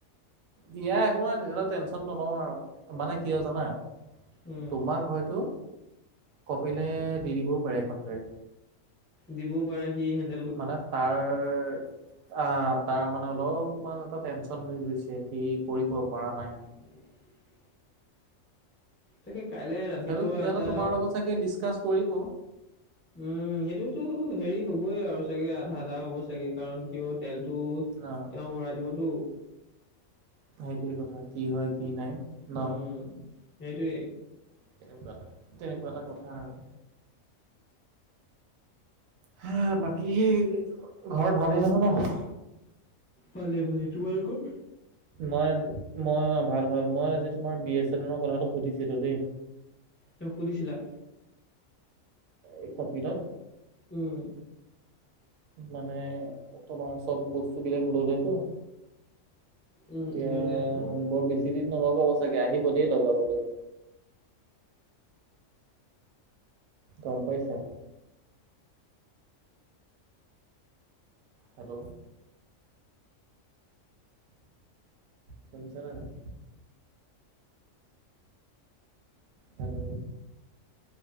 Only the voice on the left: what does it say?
উম,
দিবও পাৰে সি হেনেক
<unintelligible> তাকে কাইলে ৰাতিপুৱা
এটা
উম সেইটোতো হেৰি হ'বই আৰু চাগে আধা আধা হ'ব চাগে কাৰণ কিয় তেলটো
তেওঁ ভৰাই দিবতো।
উম', সেইটোৱেই
ভালে-ভালে তোমালোকৰ?
তেওঁক সুধিছিলা?
উম
উম
ল'লে মোক